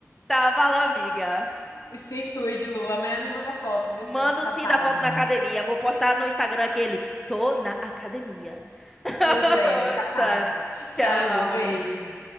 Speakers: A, in the centre; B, on the left.
A: Tá, vai lá, amiga.
B: <laughs> Se cuide, Lu. Amanhã me manda foto, viu?
A: Manda
B: Dizendo que tá
A: o sim
B: pago.
A: da foto na academia. Vou postar no Instagram aquele. Tô na academia. <laughs>
B: Pois é, tá pago.
A: Tá. Tchau.
B: Tchau, Lu. Um beijo.